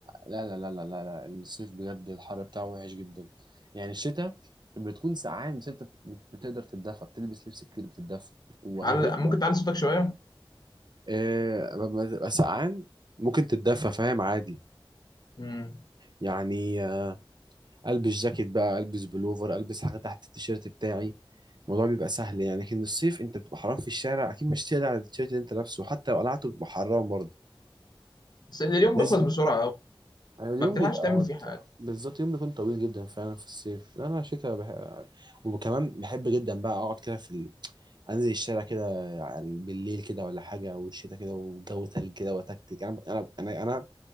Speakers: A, on the right; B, on the left.
A: لا لا لا لا لا لا الصيف بجد الحر بتاعه وحش جدا يعني الشتاء بتكون سقعان بس انت بت- بتقدر تتدفى بتلبس لبس كتير بتتدفى واغلبيه
B: تعل- ممكن
A: الوقت
B: تعلي صوتك شوية
A: آه، لما تبقى سقعان ممكن تتدفى فاهم عادي
B: مم.
A: يعني آه، البس جاكيت بقى البس بلوفر البس حاجه تحت التيشيرت بتاعي الموضوع بيبقى سهل يعني لكن الصيف انت بتبقى حرام في الشارع اكيد مش تقلع التيشيرت اللي انت لابسه حتى لو قلعته بتبقى حرام برضه
B: بس اليوم
A: لازم
B: بيخلص بسرعة أوي
A: يعني اليوم
B: ما بتلحقش
A: بيبقى
B: تعمل فيه حاجة
A: بالظبط يوم بيكون طويل جدا فعلا في الصيف لا انا شتاء بح... وكمان بحب جدا بقى اقعد كده في ال... انزل الشارع كده على- بالليل كده ولا حاجه والشتاء كده والجو تلج كده وتكتك انا انا انا انا